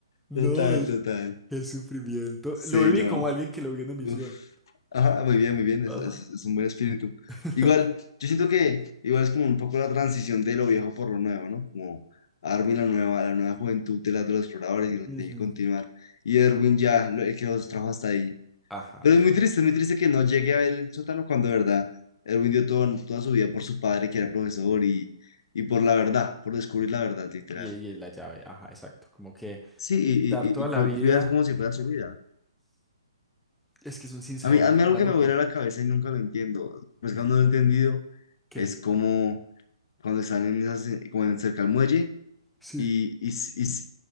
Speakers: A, in the centre; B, on the left (about 55°).
A: No,
B: Total,
A: es
B: total.
A: el sufrimiento.
B: Sí,
A: Lo viví
B: no.
A: como alguien que lo vio en emisión.
B: Uf. Ajá, muy bien, muy bien,
A: Ajá.
B: es, es- es un buen espíritu.
A: <laughs>
B: Igual, yo siento que igual es como un poco la transición de lo viejo por lo nuevo, ¿no? Como Armin, la nueva, la nueva juventud de, la, de los exploradores y lo que
A: Ujú,
B: tiene que continuar. Y Erwin ya, lo, el que los trajo hasta ahí.
A: Ajá.
B: Pero es muy triste, es muy triste que no llegue a ver el sótano cuando de verdad Erwin dio todo, toda su vida por su padre, que era profesor, y, y por la verdad, por descubrir la verdad, literal.
A: Y, y la llave, ajá, exacto. Como que
B: Sí, y,
A: dar toda
B: y, y, y
A: la
B: cu-
A: vida,
B: cuidas como si fuera su vida.
A: es que es un sinsabor
B: A mí, a mí
A: muy
B: algo
A: maluco.
B: que me vuela la cabeza y nunca lo entiendo, pues
A: Ujú.
B: cuando lo he entendido,
A: ¿Qué?
B: es como cuando están en esas- eh, como en cerca al muelle
A: Sí.
B: y, y, s- y, s-